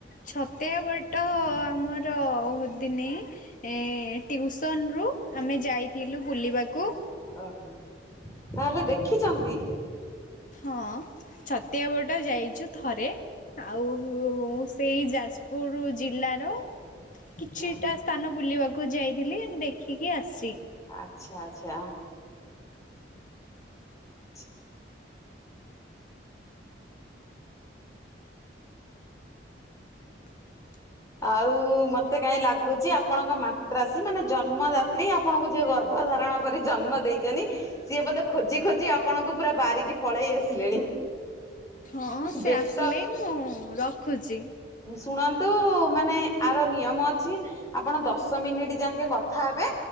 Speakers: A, on the left; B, on the left.
A: ଛତିଆ ବଟ ଆମର ହୁଦିନି ଏ ଟିଉସନ ରୁ ଆମେ ଯାଇଥିଲୁ ବୁଲିବାକୁ
B: ଓହୋ ତାହେଲେ ଦେଖିଛନ୍ତି?
A: ହଁ ଛତିଆ ବଟା ଯାଇଛୁ ଥରେ ଆଉ ସେଇ ଯାଜପୁର ଜିଲ୍ଲାର କିଛିଟା
B: ଓହୋ
A: ସ୍ଥାନ ବୁଲିବାକୁ ଯାଇଥିଲି ଦେଖିକି ଆସିଚି।
B: ଆଚ୍ଛା ଆଚ୍ଛା। ଆଚ୍ଛା।
A: <inaudible>
B: ଆଉ ମତେ କାହିଁ ଲାଗୁଚି ଆପଣଙ୍କ ମାତ୍ରାସୀ ମାନେ ଜନ୍ମଦାତ୍ରୀ। ଆପଣଙ୍କୁ ଯିଏ ଗର୍ଭ ଧାରଣ କରି ଜନ୍ମ ଦେଇଛନ୍ତି। ସିଏ ବୋଧେ ଖୋଜି ଖୋଜି ଆପଣଙ୍କୁ ପୁରା ବାରିକି ପଳେଇ ଆସିଲେଣି।
A: ହଁ ସେ
B: ବେସ୍ତ।
A: ଆସିଲେ ମୁଁ ରଖୁଛି।
B: ଶୁଣନ୍ତୁ, ମାନେ ଆର ନିୟମ ଅଛି ଆପଣ ଦଶ ମିନିଟ୍ ଯାକେ କଥା ହେବେ।